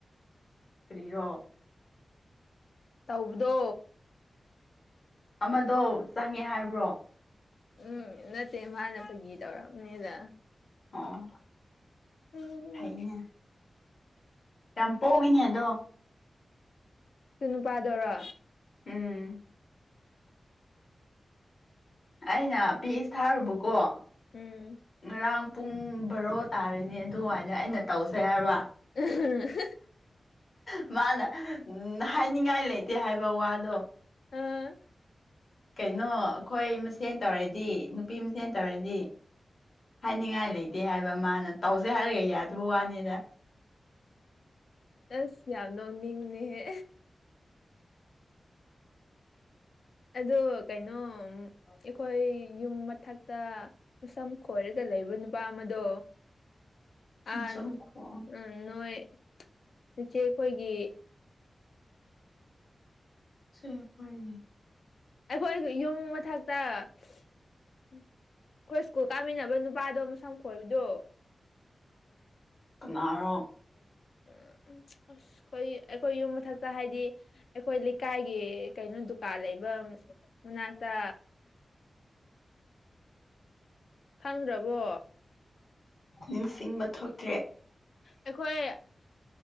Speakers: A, on the left; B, on the left.
A: ꯀꯔꯤꯔꯣ
B: ꯇꯧꯕꯗꯣ
A: ꯑꯃꯗꯣ ꯆꯪꯉꯦ ꯍꯥꯏꯕ꯭ꯔꯣ
B: ꯎꯝ ꯅꯠꯇꯦ ꯃꯥꯅ ꯐꯒꯤ ꯇꯧꯔꯝꯅꯤꯗ
A: ꯑꯣ
B: ꯎꯝ
A: ꯐꯩꯅꯦ
B: ꯎꯝ
A: ꯌꯥꯝ ꯄꯣꯡꯉꯤꯅꯦ ꯑꯗꯣ
B: ꯁꯨ ꯅꯨꯄꯥꯗꯨꯔꯣ
A: ꯎꯝ ꯑꯩꯅ ꯄꯤꯁ ꯊꯥꯔꯨꯕꯀꯣ
B: ꯎꯝ
A: ꯉꯔꯥꯡ ꯄꯨꯡ ꯕꯔꯣ ꯇꯥꯔꯤꯅꯤ ꯑꯗꯨꯋꯥꯏꯗ ꯑꯩꯅ ꯇꯧꯁꯦ ꯍꯥꯏꯕ
B: ꯎ ꯍ
A: ꯃꯥꯅ ꯎꯝ ꯍꯥꯏꯅꯤꯡꯉꯥꯏ ꯂꯩꯇꯦ ꯍꯥꯏꯕ ꯋꯥꯗꯣ
B: ꯎꯝ
A: ꯀꯩꯅꯣ ꯑꯩꯈꯣꯏ ꯃꯁꯦꯟ ꯇꯧꯔꯗꯤ ꯅꯨꯄꯤ ꯃꯁꯦꯟ ꯇꯧꯔꯗꯤ ꯍꯥꯏꯅꯤꯡꯉꯥꯏ ꯂꯩꯇꯦ ꯍꯥꯏꯕ ꯃꯥꯅ ꯇꯧꯁꯦ ꯍꯥꯏꯔꯒ ꯌꯥꯗꯕ ꯋꯥꯅꯤꯗ
B: ꯑꯁ ꯌꯥꯝ ꯅꯣꯡꯅꯤꯡ ꯕꯅꯦꯍꯦ ꯑꯗꯣ ꯀꯩꯅꯣ ꯑꯩꯈꯣꯏ ꯌꯨꯝ ꯃꯊꯛꯇ ꯃꯁꯝ ꯈꯣꯏꯔꯒ ꯂꯩꯕ ꯅꯨꯄꯥ ꯑꯃꯗꯣ ꯑꯥꯟ
A: ꯁꯨꯝ ꯈꯣꯡ
B: ꯎꯝ ꯅꯣꯏ ꯏꯆꯦ ꯈꯣꯏꯒꯤ
A: ꯁꫭꯏ ꯐꫭꯏꯅꯦ
B: ꯑꯩꯈꯣꯏꯒꯤ ꯌꯨꯝ ꯃꯊꯛꯇ ꯑꯩꯈꯣꯏ ꯁ꯭ꯀꯨꯜ ꯀꯥꯃꯤꯟꯅꯕ ꯅꯨꯄꯥꯗꯣ ꯃꯁꯝ ꯈꯣꯏꯕꯗꯣ
A: ꯀꯅꯥꯔꯣ
B: <inaudible> ꯎꯝ ꯑꯁ ꯑꯩꯈꯣꯏ ꯑꯩꯈꯣꯏ ꯌꯨꯝ ꯃꯊꯛꯇ ꯍꯥꯏꯗꯤ ꯑꯩꯈꯣꯏ ꯂꯩꯀꯥꯏꯒꯤ ꯀꯩꯅꯣ ꯗꯨꯀꯥꯟ ꯂꯩꯕ ꯑꯝ ꯎꯅꯥꯛꯇ ꯈꯪꯗ꯭ꯔꯕꯣ
A: ꯅꯤꯡꯁꯤꯡꯕ ꯊꯣꯛ
B: ꯑꯩꯈꯣꯏ ꯑꯍ